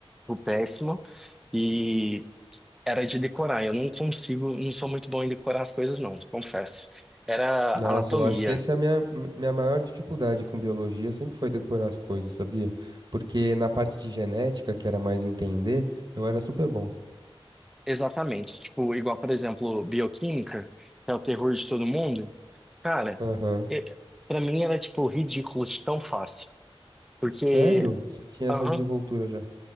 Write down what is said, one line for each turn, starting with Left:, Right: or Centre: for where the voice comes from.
Centre: o péssimo, e era de decorar. Eu não consigo, não sou muito bom em decorar as coisas, não, confesso. Era
Right: Nossa,
Centre: anatomia,
Right: eu acho que essa é a minha, mi- minha maior dificuldade com biologia, sempre foi decorar as coisas, sabia? Porque na parte de genética, que era mais entender, eu era super bom.
Centre: exatamente. Tipo, igual, por exemplo, bioquímica, que é o terror de todo mundo. Cara,
Right: Aham.
Centre: e- pra mim era, tipo, ridículo de tão fácil. Porque,
Right: Sério? Você tinha
Centre: aham,
Right: essa desenvoltura já?